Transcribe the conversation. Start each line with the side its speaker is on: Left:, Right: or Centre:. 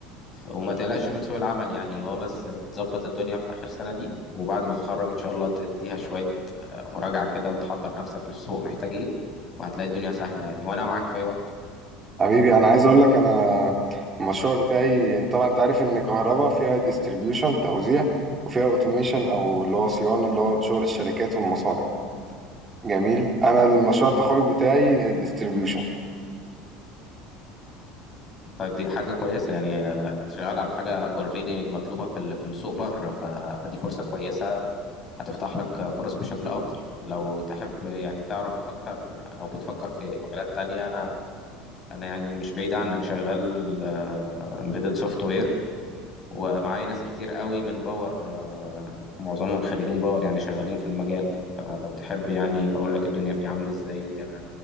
Left: وما تقلقش من سوق العمل يعني هو بس تظبط الدنيا في آخر سنة دي وبعد ما تتخرج إن شاء الله تديها شوية آه، مراجعة كده وتحضر نفسك للسوق محتاج إيه وهتلاقي الدنيا سهلة يعني وأنا معاك في أي وقت
Right: حبيبي انا عايز اقول لك انا المشروع بتاعي طبعا انت عارف ان كهربا فيها ديستريبيوشن توزيع وفيها اوتوميشن او اللي هو صيانة اللي هو شغل الشركات والمصانع جميل انا المشروع التخرج بتاعي ديستريبيوشن
Left: طيب دي حاجة كويسة يعني آه، أنت شغال على حاجة أوريدي مطلوبة في ال- في السوق بره ف... فدي فرصة كويسة هتفتح لك فرص بشكل أفضل لو تحب يعني تعرف أكتر أو بتفكر في مجالات تانية أنا أنا يعني مش بعيد عنك شغال امبيدد سوفت وير ومعايا ناس كتير قوي من باور آه، معظمهم خريجين باور يعني شغالين في المجال فلو تحب يعني اقول لك الدنيا فيه عاملة ازاي آه،